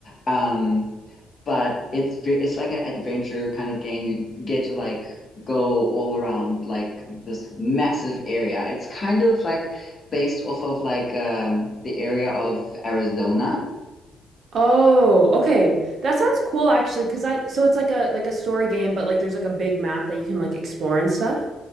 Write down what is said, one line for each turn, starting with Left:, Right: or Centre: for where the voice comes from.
Left: um but it's ve- it's like an adventure kind of game. You get to like go all around like this massive area. It's kind of like based off of like um the area of Arizona.
Right: Oh, okay. That sounds cool actually, 'cause I so it's like a like a story game, but like there's like a big map that you can like explore and stuff.